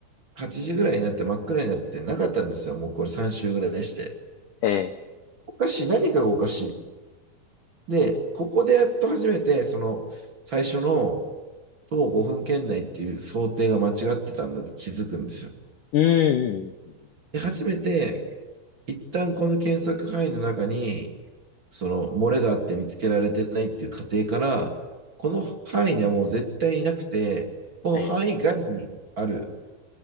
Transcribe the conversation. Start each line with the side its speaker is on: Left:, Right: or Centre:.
Right: 8時ぐらいになって真っ暗になってなかったんですよ。もうこれ3週ぐらいして。
Left: ええ、
Right: おかしい、何かがおかしい。で、ここでやっと初めて、その、最初の徒歩5分圏内っていう想定が間違ってたんだって気づくんですよ。
Left: うん、うんうん
Right: で、初めて、一旦この検索範囲の中に、その漏れがあって見つけられてないっていう過程から、この範囲にはもう絶対になくて、この範囲外にある、
Left: うん、え、